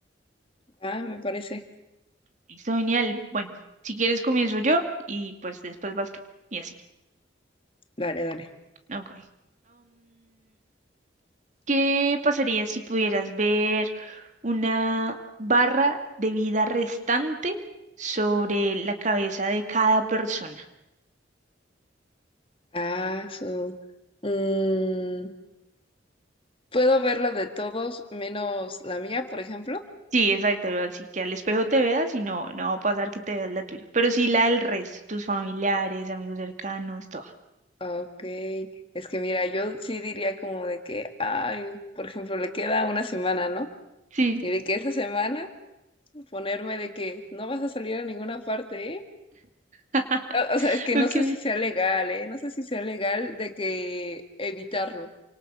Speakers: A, on the left; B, on the right.
A: Ah, me parece.
B: Listo, genial. Bueno, si quieres comienzo yo y pues después vas tú y así.
A: Dale, dale.
B: Ok. ¿Qué pasaría si pudieras ver una barra de vida restante sobre la cabeza de cada persona?
A: Ah, su. Mm, ¿puedo ver la de todos menos la mía, por ejemplo?
B: Sí, exacto, ¿no? así que al espejo te veas y no, no va a pasar que te veas la tuya, pero sí la del resto, tus familiares, amigos cercanos, todo.
A: Ok. Es que mira, yo sí diría como de que, ay, por ejemplo, le queda una semana, ¿no?
B: Sí,
A: Y de que esa semana ponerme de que no vas a salir a ninguna parte, ¿eh?
B: <laughs>
A: O, o sea, es que no
B: ok.
A: sé si sea legal, ¿eh? No sé si sea legal de que evitarlo.